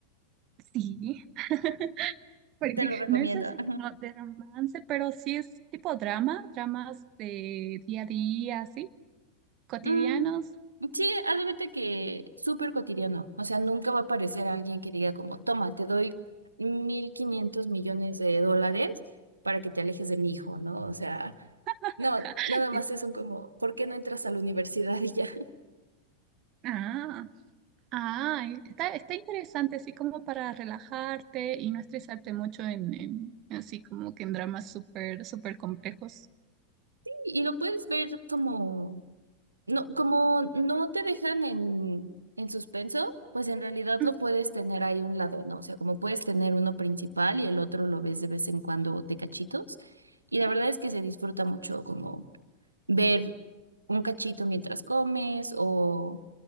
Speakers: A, on the right; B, on the right.
A: sí. <laughs> Porque
B: Te lo recomiendo.
A: no es así
B: <laughs>
A: como de romance, pero sí es tipo drama, dramas de día a día, así, cotidianos.
B: Mm, sí, haz de cuenta que súper cotidiano. O sea, nunca va a aparecer alguien que diga como, toma, te doy 1.500 millones de dólares para que te alejes de mi hijo, ¿no? O sea,
A: <laughs> Acá,
B: no, nada
A: de-
B: más es un como, ¿por qué no entras a la universidad y ya? <laughs>
A: Ah, Ah, e, está, está interesante, así como para relajarte y no estresarte mucho en, en- así como que en dramas súper, súper complejos.
B: Y lo puedes ver como No, como no te dejan en, en suspenso, pues en realidad
A: Mm.
B: lo puedes tener ahí un lado, ¿no? O sea, como puedes tener uno principal y el otro lo ves de vez en cuando de cachitos. Y la verdad es que se disfruta mucho como ver un cachito mientras comes o